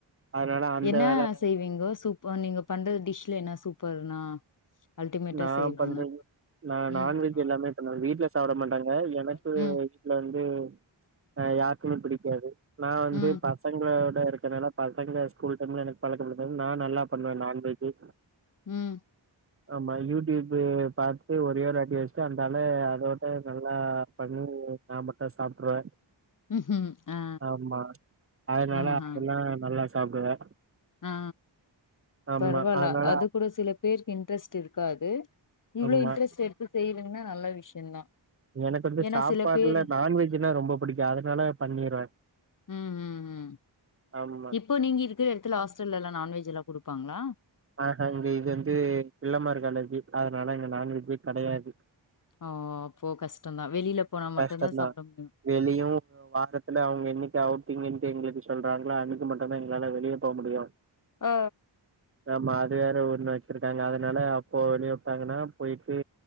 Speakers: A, on the right; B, on the left.
A: அதனால அந்த
B: என்ன
A: வேல
B: செய்வீங்கோ சூப் இப்ப நீங்க பண்ற டிஷ்ல என்ன சூப்பர்னா அல்டிமேட்டா
A: நா
B: செய்றதுன்னா
A: பண்றது
B: நான்
A: நா நான்வெஜ்
B: ம் நான்
A: யெல்லாமே இப்ப நா வீட்ல சாப்பிட மாட்டாங்க எனக்கு
B: ஏன்னா ம்
A: வீட்டுல வந்து அ யாருக்குமே பிடிக்காது நா வந்து
B: ம்
A: பசங்களோட இருக்கனால பசங்க ஸ்கூல் டைம்ல எனக்கு பழக்கப்படுத்த நா நல்லா பன்னுவ நான் வெஜ்ஜி
B: ம்
A: ஆமா யூடியூப் பாத்துடு ஒரே ஒரு அடி எக்ஸ்ட்ரா இருந்தால அதோட்ட நா பண்ணி நா மட்டு சாப்ட்ருவே
B: ம்ஹும் ஆ
A: ஆமா அதனால
B: ஆஹா
A: அதெல்லா
B: பழகிட்டேன்.
A: நல்லா சாப்டுவே
B: ஆ
A: ஆமா
B: பரவால
A: அதனால
B: அது கூட சில பேருக்கு இன்ட்ரெஸ்ட் இருக்காது இவ்ளோ
A: ஆமா
B: இன்ட்ரெஸ்ட் யெடுத்து செய்வேனா நல்ல விஷயந்தா
A: எனக்கு வந்து
B: ஏன்னா
A: சாப்பாடுல
B: சில பேரு
A: நான் வெஜ்ன்னா ரொம்ப புடிக்கு அதனால பண்ணிருவே
B: ம் ம் ம்
A: ஆம்
B: இப்போ நீங்க யிருக்கிற யெடத்துல ஹாஸ்டல்லா நான்வெஜ்லா குடுப்பாங்களா
A: ஆ ஹ இங்க இது வந்து பிள்ளமார் காலேஜ்ஜு அதனால இங்க நான்வெஜ்ஜே கிடையாது
B: ஒ ஓ அப்போ கஷ்டந்தா வெளில போனா மட்டுந்தா
A: கஷ்டந்தா
B: சாப்ட முடியு
A: வெளியு வாரத்துல அவங்க யென்னிக்கு அவுட்டீங்கன்ட்டு யெங்களுக்கு சொல்றாங்களோ அன்னிக்கு மட்டுந்தா யெங்களால வெளிய போமுடியு
B: ஆ
A: ஆமா அது வேற ஊருன்னு வச்சிருக்காங்க அதனால அப்போ வெளிய வைப்பாங்கன்னா போயிட்டு